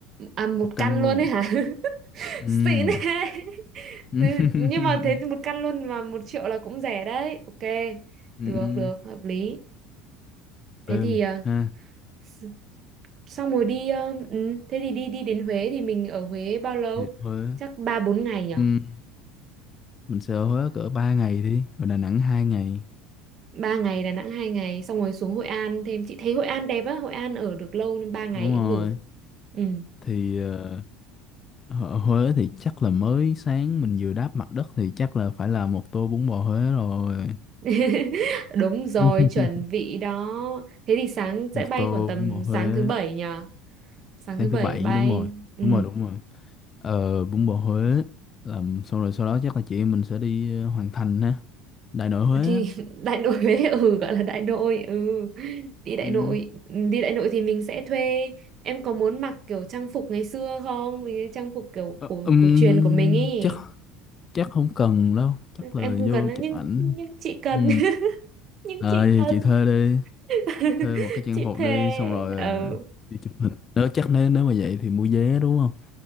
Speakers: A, on the right (about 40°); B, on the left (about 30°).
A: à một
B: một căn
A: căn luôn
B: luôn.
A: ấy hả <laughs>
B: Ừm.
A: xịn thế <laughs>
B: <laughs>
A: Thế- nhưng mà thế thì một căn luôn mà một triệu là cũng rẻ đấy ok
B: Ừm.
A: được được hợp lý thế
B: Đêm
A: thì ờ,
B: ha,
A: s- xong rồi đi ờ, ừ, thế thì đi đi đến Huế thì mình ở Huế bao lâu
B: thì Huế.
A: chắc ba bốn ngày nhở
B: Ừm. Mình sẽ ở Huế cỡ 3 ngày đi, rồi Đà Nẵng 2 ngày.
A: ba ngày Đà Nẵng hai ngày xong rồi xuống Hội An thêm chị thấy Hội An đẹp á Hội An ở được lâu nên ba ngày
B: Đúng rồi.
A: cũng được ừ
B: Thì ờ, ở Huế thì chắc là mới sáng mình vừa đáp mặt đất thì chắc là phải là một tô bún bò Huế rồi.
A: <laughs> đúng rồi
B: <laughs>
A: chuẩn bị đó thế thì sáng
B: Một
A: sẽ bay
B: tô
A: khoảng tầm
B: bún bò
A: sáng
B: Huế
A: thứ bảy nhở sáng
B: sáng
A: thứ bảy
B: thứ bảy
A: bay
B: đúng rồi.
A: ừ
B: Đúng rồi, đúng rồi. Ờ bún bò Huế làm xong rồi sau đó chắc là chị em mình sẽ đi ờ, Hoàng Thành ha. Đại nội Huế
A: thì
B: á.
A: <laughs> đại nội Huế, ừ gọi là đại nội ừ đi đại
B: Ừ.
A: nội Ừ, đi đại nội thì mình sẽ thuê em có muốn mặc kiểu trang phục ngày xưa không Mấy cái trang phục kiểu
B: Ờ,
A: cổ
B: ừm,
A: cổ truyền của mình ý
B: chắc chắc không cần đâu, chắc là
A: em không
B: vô
A: cần đâu,
B: chụp
A: nhưng
B: ảnh.
A: nhưng chị cần
B: Ừ.
A: <laughs> nhưng
B: Ờ
A: chị
B: thì
A: cần
B: chị thuê đi.
A: <laughs>
B: thuê một cái trang
A: chị
B: phục
A: thề
B: đi xong rồi ờ,
A: ừ
B: đi chụp hình nếu chắc nếu nếu mà vậy thì mua vé đúng không